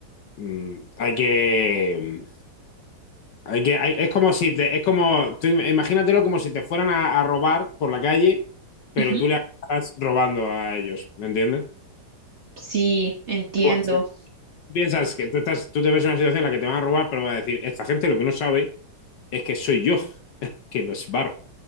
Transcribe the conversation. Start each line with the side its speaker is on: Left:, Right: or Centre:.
Left: Mm, hay que. mm, Hay que hay- es como si te. Es como. tú im- imagínatelo como si te fueran a, a robar por la calle, pero
Right: ujú.
Left: tú le estás robando a ellos. ¿Me entiendes?
Right: Sí, entiendo.
Left: Algo así. Piensas que tú estás, tú te ves en una situación en la que te van a robar, pero vas a decir, esta gente lo que no sabe es que soy yo <laughs> que los barro.